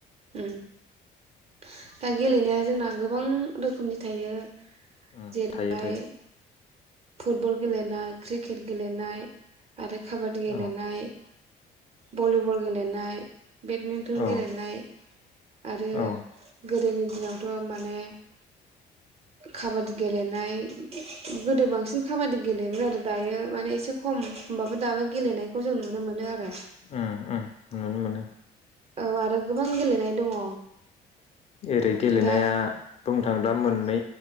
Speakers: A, on the right; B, on the left.
A: उम दा गेलेनाया जोंना गोबां रोखोमनि थायो।
B: उम
A: जेरैहाय
B: थायो थायो
A: फुटबल गेलेनाय क्रिकेट गेलेनाय आरो काबादि गेलेनाय
B: औ
A: भलिबल गेलेनाय बेडमिन्टन
B: औ
A: गेलेनाय आरो
B: औ
A: गोदोनि दिनावथ' माने काबादि गेलेनाय गोदो बांसिन जो खाबादि गेलेयोमोन आरो दायो माने एसे खम होनबाबो दाबो गेलेनायखौ जों नुनो मोनो आरो
B: उम उम नुनो मोनो
A: औ आरो गोबां गेलेनाय दङ।
B: एरै गेलेनाया
A: दा
B: बुंनो थाङोब्ला मोननै